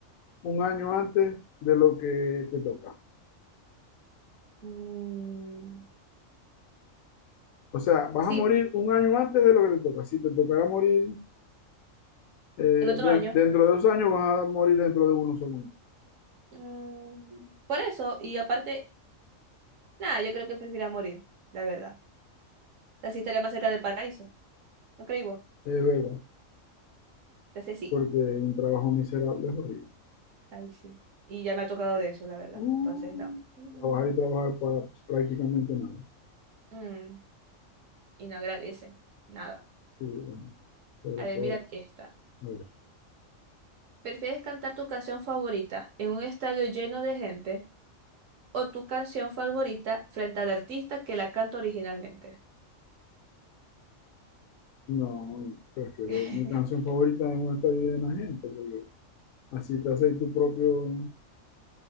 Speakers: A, on the left; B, on the right.
A: un año antes de lo que te toca.
B: Mm,
A: O sea, vas
B: sí,
A: a morir un año antes de lo que te toca. Si te tocara morir eh, de-
B: el otro año.
A: dentro de dos años, vas a morir dentro de uno solo.
B: Mm, por eso, y aparte, nada, yo creo que prefiero morir, la verdad. Así estaría más cerca del paraíso, ¿no creí vos?
A: Es verdad,
B: Entonces sí,
A: porque un trabajo miserable es horrible.
B: ahí sí. Y ya me ha tocado de eso, la verdad.
A: Uh,
B: Entonces no. Ujú.
A: trabajar y trabajar para prácticamente nada.
B: Mm, y no agradecen, nada.
A: Sí, bueno, sobre
B: A ver,
A: todo.
B: mira esta.
A: a ver,
B: ¿Prefieres cantar tu canción favorita en un estadio lleno de gente? o tu canción favorita frente al artista que la canta originalmente.
A: no, prefiero
B: <laughs>
A: mi canción favorita es un estadio llena de la gente, porque Así te haces tu propio,